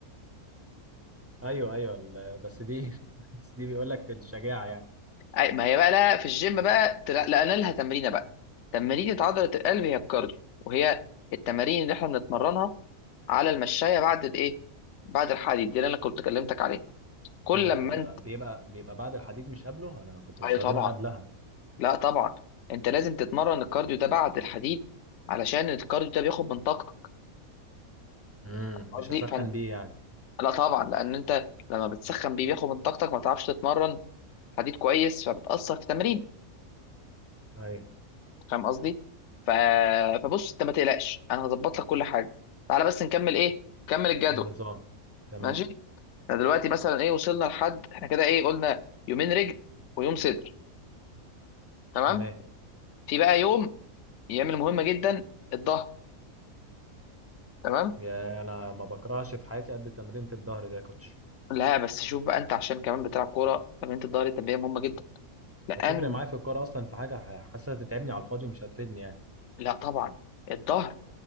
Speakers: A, on the right; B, on the left.
A: ايوه ايوه ال- بس دي <laughs> بس دي بيقول لك في الشجاعه يعني
B: أي ما هي بقى لا في الجيم بقى تلا- لقينا لها تمرينه بقى تمرينه عضله القلب هي الكارديو وهي التمارين اللي احنا بنتمرنها على المشايه بعد الايه بعد الحديد دي اللي انا كنت كلمتك عليها كل
A: ايه ده
B: لما
A: ده بيبقى بيبقى بعد الحديد مش قبله انا كنت بستخدمها
B: ايوه طبعا
A: قبلها
B: لا طبعا انت لازم تتمرن الكارديو ده بعد الحديد علشان الكارديو ده بياخد من طاقتك
A: امم
B: قصدي
A: مش هسخن
B: فن...
A: بيه يعني
B: لا طبعا لان انت لما بتسخن بيه بياخد من طاقتك ما تعرفش تتمرن حديد كويس فبتأثر في التمرين
A: ايوه
B: فاهم قصدي ف... فبص انت ما تقلقش انا هظبط لك كل حاجه تعالى بس نكمل ايه نكمل الجدول
A: النظام تمام
B: ماشي احنا دلوقتي مثلا ايه وصلنا لحد احنا كده ايه قلنا يومين رجل ويوم صدر تمام
A: تمام
B: في بقى يوم يعمل مهمه جدا الظهر تمام
A: يا انا ما بكرهش في حياتي قد تمرينة الظهر ده يا كوتش
B: لا بس شوف بقى انت عشان كمان بتلعب كوره تمرينة الظهر دي تمرينة مهمه جدا لان
A: هتفرق معايا في الكوره اصلا في حاجه ح- حاسسها تتعبني على الفاضي ومش هتفيدني يعني
B: لا طبعا الظهر